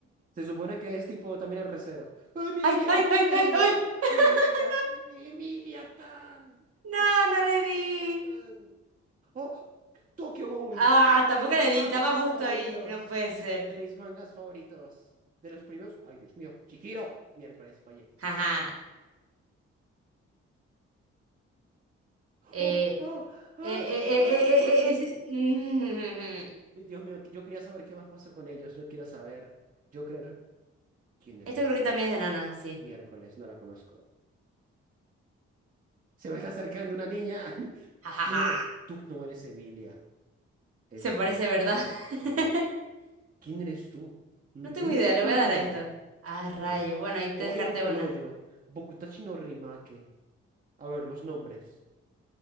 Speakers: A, on the right; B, on the right.
A: Se supone que es tipo también el recero. ¡Emilia!
B: ¡Ay, ay, ay,
A: ¡Emilia!
B: ay, ay! <laughs>
A: ¡Emilia! ¡Emilia Tan!
B: ¡No!
A: ¡Emilia
B: No, no le di.
A: Tan! ¡Oh! ¡Tokyo Ghoul!
B: Ah, tampoco
A: De mis
B: le di,
A: mangas
B: estaba justo
A: favoritos.
B: ahí, no puede ser.
A: De mis mangas favoritos. De los primeros. ¡Ay, Dios mío! ¡Chihiro! Miércoles, fallé.
B: Jaja. Eh,
A: ¡Oh! ¡Oh! ¡Ah!
B: eh, eh,
A: ¡Ah!
B: eh, eh,
A: ¡Oh,
B: eh,
A: sí!
B: eh, es- <laughs> Mm.
A: Dios mío, que yo quería saber qué más pasó con ellos. Yo quiero saber. Yo creer. ¿Quién eres
B: Esto creo
A: tú?
B: que también es de Nana, sí.
A: Miércoles, no la conozco. Se me está acercando una niña. <laughs>
B: Jajaja.
A: Tú no, tú no eres Emilia. Esto,
B: Se parece, ¿verdad? <laughs>
A: sí. ¿Quién eres tú? Mm,
B: No
A: es
B: tengo
A: ¿Eres
B: idea,
A: Tokyo
B: le voy a
A: Revengers?
B: dar a esto. Ah, rayos.
A: No.
B: Bueno, ahí te
A: Ori
B: descarté
A: no Kanojo,
B: una.
A: Bokutachi no Rimake. A ver, los nombres.